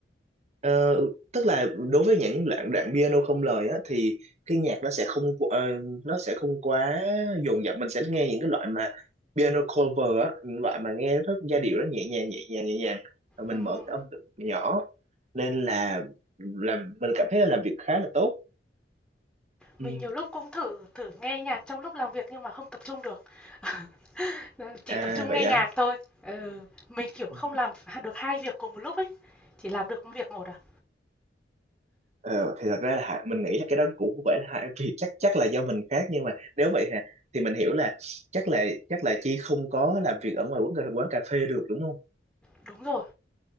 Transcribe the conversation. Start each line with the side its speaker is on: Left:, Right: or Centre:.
Right: Ờ, tức là đối với những đoạn đoạn piano không lời á thì cái nhạc nó sẽ không qu- ờ, nó sẽ không quá dồn dập mình sẽ nghe những cái loại mà piano cover á những loại mà nghe rất giai điệu nó nhẹ nhàng nhẹ nhàng nhẹ nhàng rồi mình
Centre: Ừm.
Right: mở cái âm lượng nhỏ nên là làm mình cảm thấy là làm việc khá là tốt ừ.
Centre: Mình nhiều lúc cũng thử thử nghe nhạc trong lúc làm việc nhưng mà không tập trung được. <laughs> Ờ, chỉ
Right: à
Centre: tập trung
Right: vậy
Centre: nghe
Right: á
Centre: nhạc thôi. Ừ, mình, kiểu, không
Right: ừ.
Centre: làm được hai việc cùng một lúc ấy, chỉ làm được một việc một à.
Right: Ờ, thì thật ra là hai- mình nghĩ là cái đó cũng không phải là hai vì chắc chắc là do mình khác nhưng mà nếu vậy hả thì mình hiểu là chắc là chắc là Chi không có làm việc ở ngoài quán cà, quán cà phê được đúng không?
Centre: Đúng rồi,